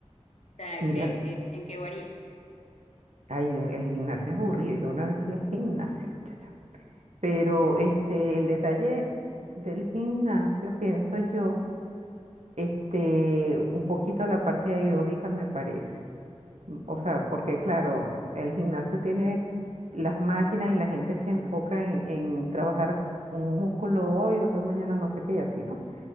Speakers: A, on the left; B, on the right.
A: o sea,
B: Mira,
A: que, que, ¿en qué varía?
B: ay, el gimnasio es aburrido. Yo una vez fui al gimnasio, muchacha. Pero este, el detalle del gimnasio, pienso yo, este, un poquito la parte aeróbica me parece. O sea, porque claro, el gimnasio tiene las máquinas y la gente se enfoca en, en trabajar un músculo hoy, otro mañana, no sé qué, y así, ¿no?